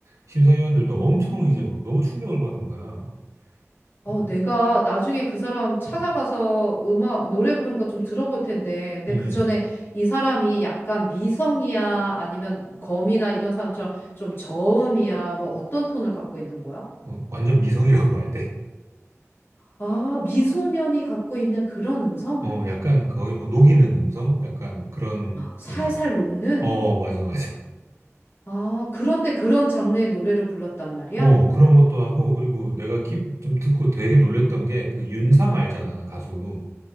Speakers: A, on the right; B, on the left.
A: 심사위원들도
B: 음.
A: 엄청 이제 막 너무 충격을 받은 거야.
B: 어,
A: 음,
B: 내가 나중에 그 사람 찾아봐서
A: 음,
B: 음악, 노래 부른 거 좀 들어볼 텐데. 근데
A: 음.
B: 그 전에 이 사람이 약간 미성이야? 아니면 검이나 이런 사람처럼 좀 저음이야? 뭐 어떤 톤을 갖고 있는 거야?
A: 어, 완전 미성이라고 <laughs> 봐야 돼.
B: 아, 미소년이 갖고 있는 그런 음성?
A: 어, 약간 거의 뭐 녹이는 음성, 약간 그런
B: 살살
A: 음성.
B: 녹는?
A: 어, 맞아, 맞아.
B: 아, 그런데 그런 장르의 노래를 불렀단 말이야?
A: 어, 그런 것도 하고, 그리고 내가 키- 좀 듣고 되게 놀랬던 게, 그 윤상 알잖아,
B: 음.
A: 가수.